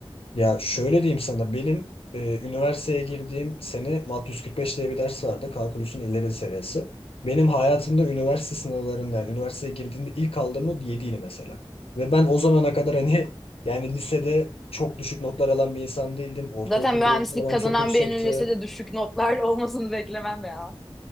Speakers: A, on the left; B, in the centre.
A: Ya şöyle diyeyim sana benim e, üniversiteye girdiğim sene MAT 145 diye bir ders vardı. Kalkülüsün ileri seviyesi. Benim hayatımda üniversite sınavlarında yani üniversiteye girdiğimde ilk aldığım not 7'ydi mesela. Ve ben o zamana kadar hani yani lisede çok düşük notlar alan bir insan değildim. Ortaokulda
B: Zaten mühendislik
A: ortalamam
B: kazanan
A: çok yüksekti.
B: birinin lisede düşük notlar <laughs> olmasını beklemem ya